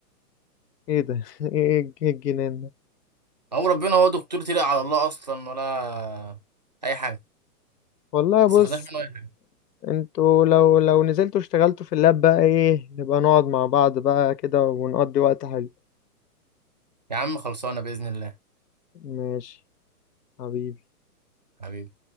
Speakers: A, on the left; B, on the right.
A: ايه ده <laughs> ايه الج- إيه الجنان ده
B: او ربنا هو دكتور تلقى على الله اصلا ولا اي حاجه
A: والله
B: ما
A: بص
B: استفدناش منه اي حاجه
A: انتوا لو لو نزلتوا اشتغلتوا في اللاب بقى ايه نبقى نقعد مع بعض بقى كده ونقضي وقت حلو
B: يا عم خلصانه باذن الله
A: ماشي حبيبي
B: حبيبي